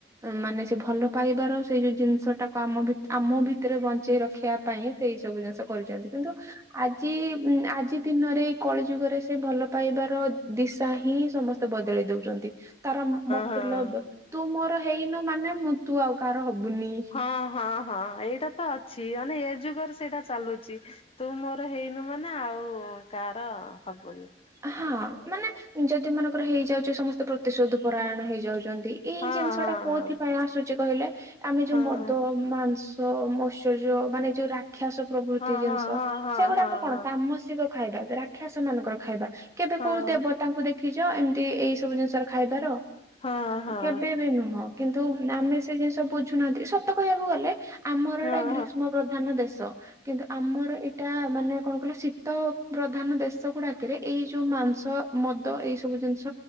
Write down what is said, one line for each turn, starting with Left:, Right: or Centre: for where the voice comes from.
Right: ମାନେ ସେ ଭଲ ପାଇବାର ସେଇ ଯୋଉ ଜିନିଷଟାକୁ ଆମ ଭି ଆମ ଭିତରେ ବଞ୍ଚ ଞ୍ଚେଇ ରଖିବା ପାଇଁ ସେଇ ସବୁ ଜିନିଷ କରିଛନ୍ତି କିନ୍ତୁ ଆଜି ଆଜି ଦିନରେ ଏଇ କଳି ଯୁଗରେ ସେ ଭଲ ପାଇବାର ଦିଶା ହିଁ ସମସ୍ତ ବଦଳେଇ ଦଉଛନ୍ତି। ତାର ମତଲବ
Left: ହଁ।
Right: ତୁ ମୋର ହେଇନୁ ମାନେ ମୁଁ ତୁ ଆଉ କାହାର ହବୁନି।
Left: ହଁ ହଁ ହଁ ଏଇଟା ତ ଅଛି ମାନେ ଏ ଯୁଗରେ ସେଇଟା ଚାଲୁଛି। ତୁ ମୋର ହେଇନୁ ମାନେ ଆଉ କାହାର ହବୁନି।
Right: ହଁ ମାନେ ଯଦି ମନେକର ହେଇଯାଉଛି ସମସ୍ତେ ପ୍ରତିଶୋଧ ପରାୟଣ ହେଇଯାଉଛନ୍ତି। ଏଇ
Left: ହଁ
Right: ଜିନିଷଟା
Left: ହଁ
Right: କୋଉଥିପାଇଁ
Left: ହଁ
Right: ଆସୁଛି କହିଲେ ଆମେ
Left: ହଁ।
Right: ଯୋଉ ମଦ ମାଂସ, ମୌଶ୍ୱର୍ଯ୍ୟ ମାନେ ଯୋଉ ରା ରାକ୍ଷାସ ପ୍ରଭୃତି
Left: ହଁ
Right: ଜିନିଷ
Left: ହଁ ହଁ
Right: ସେଗୁଡାକ
Left: ହଁ
Right: କଣ ତାମସିକ ଖାଇବା ରାକ୍ଷସ ମାନଙ୍କର ଖାଇବା। କେବେ
Left: ହଁ
Right: କୋଉ ଦେବତାଙ୍କୁ ଦେଖିଛ ଏମିତି ଏଇ ସବୁ ଜିନିଷର ଖାଇବାର।
Left: ହଁ ହଁ ହଁ। ହଁ ହଁ
Right: କେବେ ବି ନୁହଁ କିନ୍ତୁ ଆମେ ସେ ଜିନିଷ ବୁଝୁନାହାନ୍ତି। ସତ କହିବାକୁ ଗଲେ ଆମର
Left: ହଁ
Right: ଏଇଟା ଗ୍ରୀଷ୍ମ ପ୍ରଧାନ ଦେଶ କିନ୍ତୁ ଆମର ଏଇଟା ମାନେ କଣ କହିଲ ଶୀତ ପ୍ରଧାନ ଦେଶ ଗୁଡା କରେ ଏଇ ଯୋଉ ମାଂସ, ମଦ ଏଇ ସବୁ ଜିନିଷ